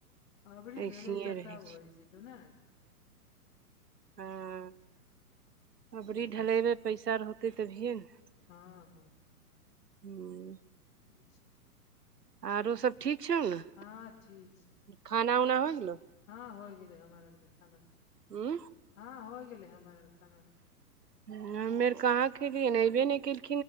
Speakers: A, on the left; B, on the right.
A: अबरी
B: ऐसिये
A: ढेलाइ तऽ
B: रहै
A: तब होइ छै त ने
B: हँ अबरी
A: अच्छा
B: ढलेबै पैसा रहते तभिए ने
A: हँ हँ
B: हूँ
A: छा <inaudible>
B: आरो सब ठीक छौ न
A: हँ ठीक छै
B: खाना उना हो ई गेलौ
A: हँ होई गेलै हमर आरके खाना
B: उँ
A: हँ हो गेलै हमार आर खाना
B: हमे आर कहाँ खेलियै हन एबै नै कयलै